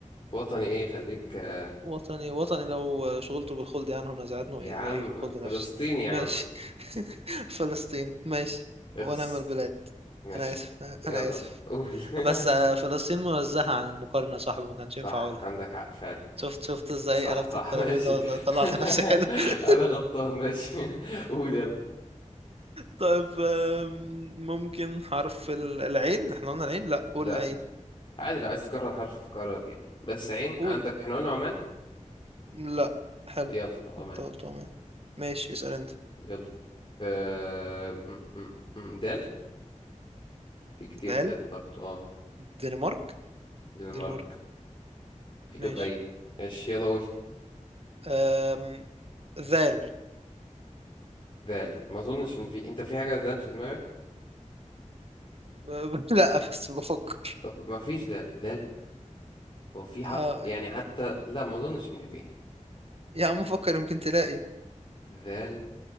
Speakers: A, on the left; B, on the right.
A: وطني ايه خليك آه
B: وطني وطني لو شغلته بالخلد عنه نزعتنه
A: يا
B: إليه
A: عم
B: في الخلد نفسي
A: فلسطين يا
B: ماشي
A: عم
B: <laughs> فلسطين ماشي
A: اخس
B: ونعم البلاد
A: ماشي
B: أنا آسف أنا
A: يلا
B: آسف
A: قول <laughs>
B: بس آه، فلسطين منزهة عن المقارنة يا صاحبي ما كانش ينفع
A: صح
B: أقولها
A: عندك حق فعلا
B: شفت شفت ازاي
A: صح
B: قلبت
A: صح
B: الترابيزة
A: ماشي
B: وطلعت لنفسي
A: <laughs>
B: حلو <laughs>
A: انا غلطان ماشي <laughs> قول يلا
B: طيب آم، ممكن حرف ال- العين احنا قلنا العين لا قول
A: لا
B: العين
A: عادي لو عايز تكرر حرف كرر يعني بس عين
B: قول
A: عندك احنا قلنا عمان
B: لا حلو
A: يلا عمان
B: انت قلت عمان ماشي اسأل انت
A: يلا آه... م- م- م- دال في كتير
B: دال
A: دال برضو اه
B: دنمارك
A: دنمارك
B: دنمارك
A: في دبي
B: ماشي
A: ماشي يلا قول
B: أم... ذال
A: ذال ما اظنش ان في انت في حاجة ذال في دماغك
B: ب... <laughs> لا بس بفكر
A: طب ما فيش ذال ذال هو في حرف
B: اه
A: يعني حتى لا ما اظنش ان في
B: يا عم فكر يمكن تلاقي
A: ذال